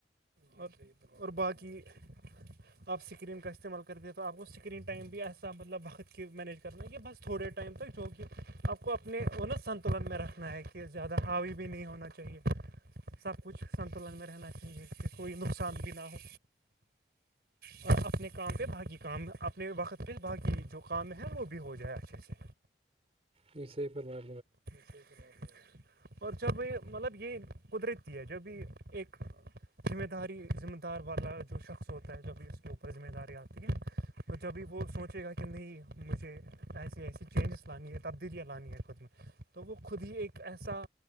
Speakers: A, on the right (about 60°); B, on the right (about 35°).
A: اور اور باقی آپ اسکرین کا استعمال کرتے ہیں تو آپ کو اسکرین ٹائم بھی ایسا مطلب وقت کہ مینج کرنا یہ بس تھوڑے ٹائم تک جو کہ آپ کو اپنے انت سنتولن میں رکھنا ہے کہ زیادہ حاوی بھی نہیں ہونا چاہیے سب کچھ سنتوں لگ میں رہنا چاہیے کہ کوئی نقصان بھی نہ ہو اور اپنے کام پہ باقی کام اپنے وقت پہ باقی جو کام ہے وہ بھی ہو جائے اچھے سے
B: یہ صحی پرمائ
A: جیک اور جب مطلب یہ قدرتی ہے جو بھی ایک ذمہ داری ذمہ دار والا جو شخص ہوتا ہے جوب بھیھی اس کے اوپر ذمہ داری آتی ہے تو جبھی وہ سوچے گا کہ نہیں مجھے ایسی ایسی چینجز لانی ہے تبدیلیاں لانی ہیں خود میں تو وہ خود ہی ایک ایسا